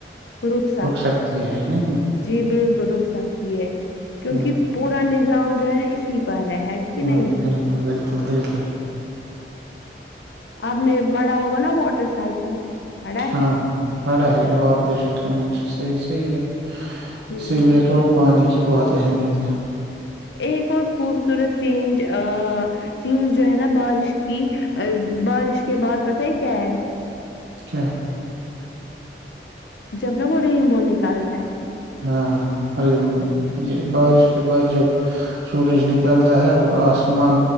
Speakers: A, on the left (about 85°); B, on the right (about 75°).
A: رک سک
B: سکتی ہے نا
A: جی بالکل رک سکتی ہے کیونکہ
B: ہ
A: پورا نظام جوا اسی پرار ہے کہ
B: ہوں
A: نہیں
B: بالکل بالکل کوک پ
A: آپ نے پڑا ہوگا نا موٹر سائیکل پڑھا
B: ہاں
A: ہے
B: ہاں بڑا ہے وہ آپریشن کرنا صحیح صحی ہے
A: ہ
B: اسی لیے تو پانی کی بہت تو اہمیت ہے
A: ایک اور خوبصورت چیز چیزجو ہے نا بارش کی بارش کے بعد پت ہے کیا ہے
B: کیا
A: جب نہ وہ ریمبو نکالتا ہے
B: ہاں ہر مونکا جی بارش کے بعد جب سورج نکالتا ہے اور آسمان